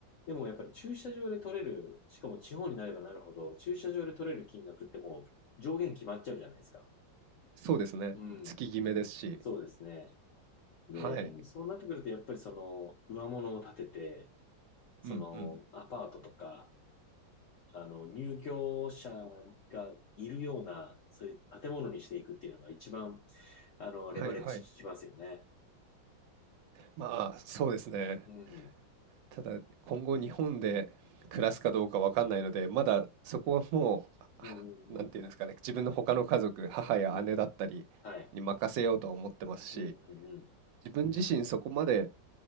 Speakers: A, on the left; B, on the right.
A: でもやっぱり駐車場で取れる、しかも地方になればなるほど、駐車場で取れる金額ってもう上限決まっちゃうじゃないですか。
B: そうですね。
A: うん。
B: 月決めですし。
A: そうですね。で、
B: はい。
A: そうなってくるとやっぱりその上物を建てて、そのアパートとか、
B: うんうん。
A: あの、入居者がいるような、そういう建物にしていくっていうのが一番、あの、
B: はいはい。
A: レバレッジ効きますよね。
B: まあ、そうですね。
A: うん。
B: ただ、今後日本で暮らすかどうかわかんないので、まだそこはもう、はなんていうんですかね、
A: うんうん
B: 自分の他の家族、母や姉だったりに任せようとは思ってますし、
A: うん。うん。はい。うんうんうん。
B: 自分自身そこまで、